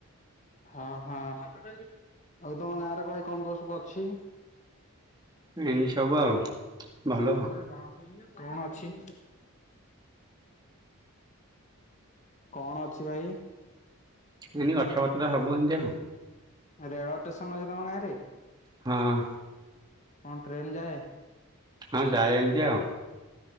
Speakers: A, on the left; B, on the right.
A: ହଁ ହଁ ଆଉ ତମ ଗାଁରେ କ ଭାଇ କଁ କଁ ସବୁ ଅଛି?
B: ଇନ୍ତି ସବୁ ଆଉ। ଭଲ
A: ସବୁବୋଲି କଣ କଣ ଅଛି? କଣ ଅଛି ଭାଇ?
B: ଇନ୍ତି ଗଛପତ୍ର ହବୁ ଏନ୍ତି ଆଉ।
A: ରେଳ ଷ୍ଟେସନ ଅଛି ତମ ଗାଁରେ?
B: ହଁ।
A: କଣ ଟ୍ରେନ୍ ଯାଏ?
B: ହଁ ଯାଏ ଏନ୍ତି ଆଉ।